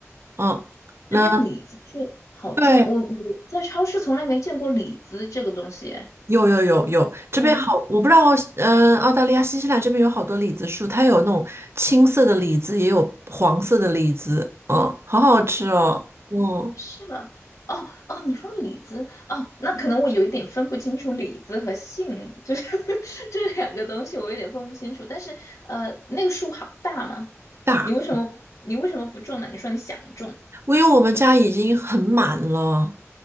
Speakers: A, on the right; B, on the left.
A: 嗯，那
B: 这边李子就好种，
A: 对。
B: 我我在超市从来没见过李子这个东西，
A: 有有有有，这边好，
B: 有吗？
A: 我不知道，嗯、澳大利亚、新西兰这边有好多李子树，它有那种青色的李子，也有黄色的李子，嗯，好好吃哦，嗯，
B: 是吧？哦哦，你说李子哦，那可能我有一点分不清楚李子和杏，就是 <laughs> 这两个东西，我有点分不清楚。但是呃，那个树好大嘛，
A: 大，
B: 你为什么你为什么不种呢？你说你想种，
A: 我因为我们家已经很满了，